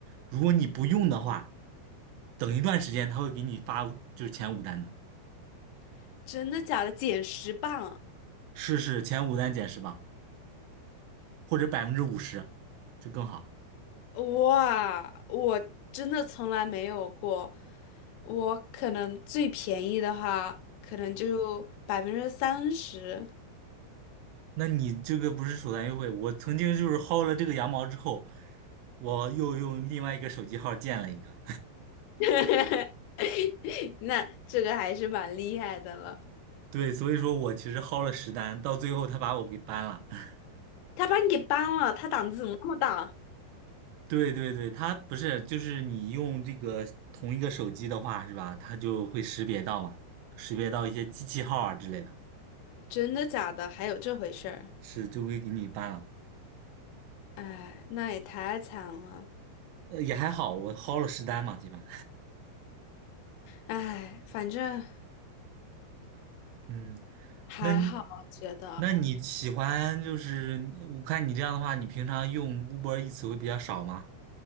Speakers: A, on the right; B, on the left.
A: 如果你不用的话，等一段时间他会给你发就是前五单的，
B: <laughs> 真的假的？减十磅！
A: 试试前五单减十磅或者百分之五十，就更好。
B: 哇，我真的从来没有过。我可能最便宜的话，可能就百分之三十。
A: 那你这个不是首单优惠，我曾经就是薅了这个羊毛之后，我又用另外一个手机号建了一个。
B: <laughs> 那这个还是蛮厉害的了。
A: 对，所以说我其实薅了十单，到最后他把我给 ban 了。<laughs>
B: 他把你给搬了，他胆子怎么那么大？
A: 对对对，他不是，就是你用这个同一个手机的话，是吧？它就会识别到嘛，识别到一些机器号啊之类的，
B: 真的假的？还有这回事儿？
A: 是就会给你 ban 了。
B: 哎，那也太惨了。
A: 呃，也还好，我薅了十单嘛，基本。
B: 哎，反正
A: <laughs> 嗯，
B: 还好，
A: 那你
B: 我觉得
A: 那你喜欢就是，我看你这样的话，你平常用 Uber e a 会比较少吗？